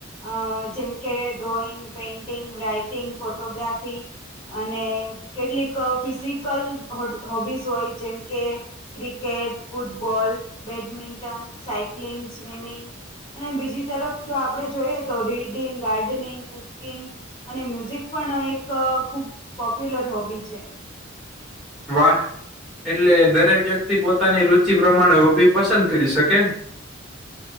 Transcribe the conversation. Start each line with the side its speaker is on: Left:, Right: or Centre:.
Left: અહ જેમ કે ડ્રોઈંગ, પેઇન્ટિંગ, રાઈટિંગ, ફોટોગ્રાફી અને કેટલીક ફિઝિકલ હોડ હોબીઝ હોય જેમ કે cricket, football, badminton, cycling, swimming અને બીજી તરફ જો આપડે જોઈએ તો રીડિંગ, ગાર્ડનિંગ, કુક કિંગ અને મ્યુઝિક પણ એક ખુબ પોપ્યુલર હોબી છે.
Centre: વાહ! એટલે દરેક વ્યક્તિ પોતાની રુચિ પ્રમાણે હોબી પસંદ કરી શકે.